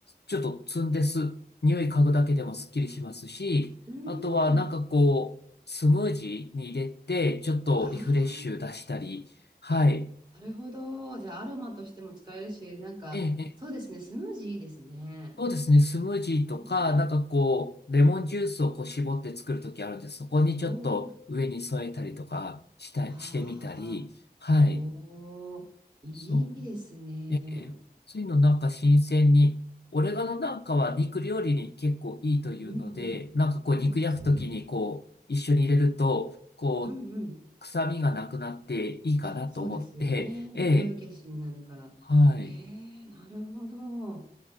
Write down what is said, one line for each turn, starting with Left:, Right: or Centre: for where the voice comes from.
Left: ちょっと積んです。匂い嗅ぐだけでもスッキリしますし、
Right: うん。
Left: あとはなんかこう、スムージーに入れて、ちょっとリフレッシュ出したり、
Right: あ
Left: はい。
Right: ーあ、なるほど。じゃあ、アロマとしても使えるし、なんか、
Left: ええ、
Right: そうですね、
Left: ええ
Right: スムージーいいですね。
Left: そうですね、スムージーとか、
Right: うん。
Left: なんかこう、レモンジュースをこう絞って作るときあるんです、そこにちょっと上に添えたりとかした、
Right: おー、ああ、
Left: してみたり、はい。
Right: おー、いいですね。
Left: そう。ええ、そういうのなんか新鮮に、オレガノなんかは肉料理に結構いいというので、
Right: うんうん、
Left: なんかこう肉焼くときにこう一緒に入れると、
Right: そうですね。
Left: こう
Right: うんうん
Left: 臭みがなくなっていいかなと思って、
Right: あ、そうですよね。
Left: ええ、
Right: 匂い消しになるから。
Left: はい。
Right: ええ、なるほど。